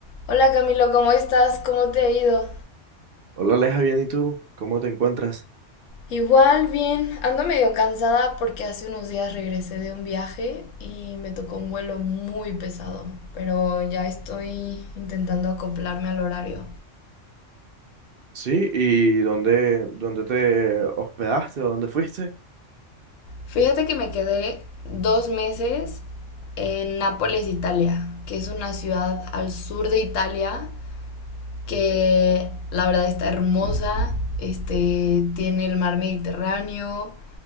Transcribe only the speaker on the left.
Hola Camilo, ¿cómo estás? ¿Cómo te ha ido?
Igual, bien. Ando medio cansada porque hace unos días regresé de un viaje y me tocó un vuelo muy pesado, pero ya estoy intentando acoplarme al horario.
Fíjate que me quedé dos meses en Nápoles, Italia, que es una ciudad al sur de Italia que la verdad está hermosa, este, tiene el mar Mediterráneo,